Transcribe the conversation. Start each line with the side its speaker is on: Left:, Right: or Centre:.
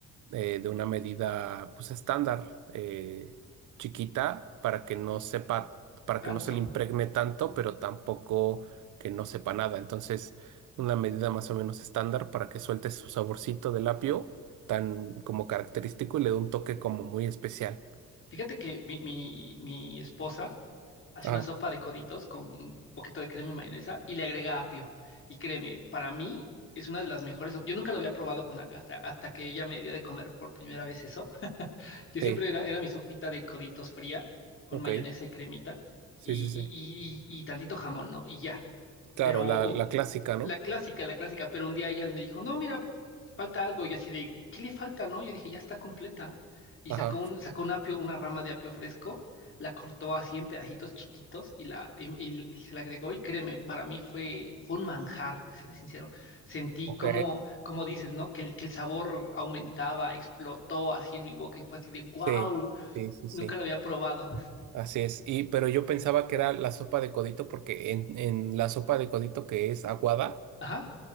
Right: eh, de una medida pues estándar, eh, chiquita, para que no sepa, para
Left: Tanto.
Right: que no se le impregne tanto, pero tampoco que no sepa nada. Entonces, una medida más o menos estándar para que suelte su saborcito del apio. tan como característico y le dé un toque como muy especial.
Left: Fíjate que mi, mi, mi esposa hace
Right: Ah,
Left: una sopa de coditos con un poquito de crema y mayonesa y le agrega apio. Y créeme, para mí es una de las mejores. so-, Yo nunca lo había probado con apio hasta, hasta que ella me dio de comer por primera vez eso. Yo siempre
Right: sí,
Left: era, era mi sopita de coditos fría con
Right: ok,
Left: mayonesa y cremita
Right: sí,
Left: y,
Right: sí,
Left: y,
Right: sí.
Left: y, y y tantito jamón, ¿no? Y ya.
Right: Claro,
Left: Pero
Right: la,
Left: u-
Right: la clásica, ¿no?
Left: la clásica, la clásica, pero un día ella me dijo, no, mira, falta algo, y así de, ¿qué le falta, no? Yo dije, ya está completa, y
Right: Ajá,
Left: sacó un, sacó un apio, una rama de apio fresco, la cortó así en pedacitos chiquitos y, la, y, y- y se la agregó, y créeme, para mí fue, fue un manjar, te seré sincero, sentí
Right: ok,
Left: como, como dices, ¿no? Que el, que el sabor aumentaba, explotó así en mi boca, y fue así de, wow,
Right: sí, sí, sí, sí,
Left: nunca lo había probado,
Right: así es. Y, pero yo pensaba que era la sopa de codito porque en, en la sopa de codito que es aguada,
Left: ajá,